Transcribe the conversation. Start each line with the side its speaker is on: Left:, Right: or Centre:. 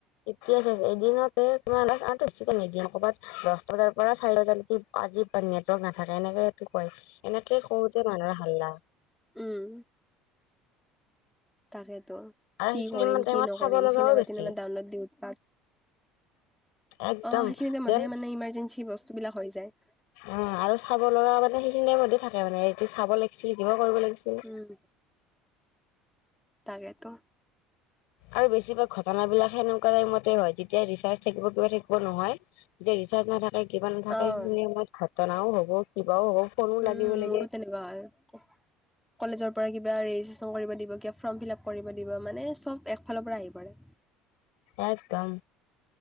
Left: এতিয়া এদিনতে তোমাৰ <inaudible> নিদিন কৰ'বাত দহ বজাৰ পৰা। চাৰি বজালৈকে আজি বা নেটৱৰ্ক নাথাকে এনেকেটো ৱাইফ, এনেকে কৰোতে মানুহৰ হাল্লা।
Centre: উম তাকেতো,
Left: আৰু
Centre: কি
Left: সেইখিনি
Centre: কৰিম
Left: মান টাইমত
Centre: কি নকৰিম
Left: চাব লগাও
Centre: চিনেমা
Left: বেছি
Centre: টিনেমা ডানলোড দি উৎপাত
Left: একদম
Centre: অ সেইখিনিতে
Left: যেন
Centre: মধে মানে ইমাৰ্জেঞ্চি বস্তু বিলাক হৈ যায়।
Left: অ আৰু চাব লগা মানে সেইখিনিয়ে মতে থাকে মানে এই চাব লাগিছিল থাকিব কৰিব লাগিছিল।
Centre: উম তাকেতো।
Left: আৰু বেছিভাগ ঘটনাবিলাক সেনেকুৱা টাইমতে হয় যেতিয়া ৰিচাৰ থাকিব কিবা থাকিব নহয় যেতিয়া ৰিচাৰ নাথা তে কিবা নাথাকে
Centre: অ
Left: সেইখিনি সময়ত ঘটনাও হ'ব কিবাও হ'ব। ফোনো
Centre: উম
Left: লাগিব লাগে
Centre: মোৰো তেনেকুৱা হয়, কলেজৰ পৰা কিবা ৰে চহী কৰিব দিব, কিবা ফ্ৰম ফিলাপ কৰিব দিব মানে এ চব এক ফালৰ পৰা আহি পৰে।
Left: একদম,